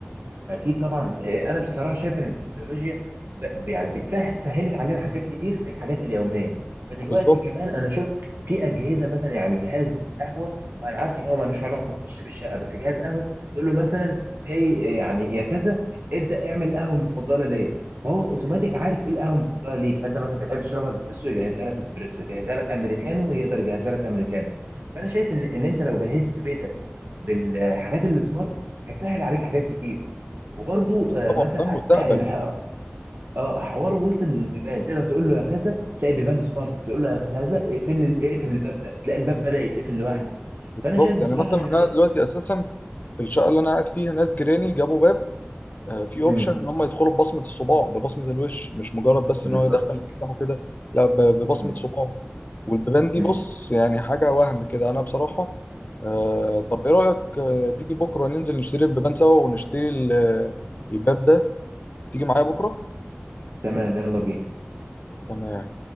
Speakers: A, on the right (about 65°); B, on the left (about 50°).
A: اكيد طبعا إيه، انا بصراحه شايف ان التكنولوجيا ب- يعني بتسهل سهلت علينا حاجات كتير في الحاجات اليوميه فدلوقتي
B: بالظبط
A: كمان انا شفت في اجهزه مثلا يعني جهاز قهوه انا عارف ان هو ملوش علاقه بتشطيب الشقه بس جهاز قهوه تقول له مثلا هي يعني يا كذا ابدا اعمل القهوه المفضله ليا فهو اوتوماتيك عارف ايه القهوه المفضله ليك فانت مثلا بتحب تشربها اسبريسو يجهزها لك اسبريسو يجهزها لك امريكانو يقدر يجهزها لك امريكانو فانا شايف ان ان انت لو جهزت بيتك بالحاجات اللي سمارت هتسهل عليك حاجات كتير وبرضو
B: أكيد
A: آه،
B: طبعا
A: مثلا
B: ده المستقبل
A: تح- الح- اه حوار وصل للبيبان تقدر تقول له يا كذا تلاقي بيبان سمارت تقول له يا كذا اقفل ال- اقفل الباب ده تلاقي الباب بدأ يتقفل لوحده
B: بالظبط
A: فانا شايف بصراحة
B: يعني مثلا
A: ان
B: انا دلوقتي اساسا في الشقه اللي انا قاعد فيها ناس جيراني جابوا باب آه، فيه اوبشن
A: مم،
B: ان هم يدخلوا ببصمه الصباع ببصمه الوش مش مجرد بس
A: بالظبط
B: ان هو يدخل مفتاحه كده لا ب- ببصمه
A: مم،
B: صباعه والبيبان دي
A: مم.
B: بص يعني حاجه وهم كده انا بصراحه آه طب ايه رايك آه تيجي بكره ننزل نشتري البيبان سوا ونشتري ال- الباب ده تيجي معايا بكره
A: تمام يلا بينا
B: تمام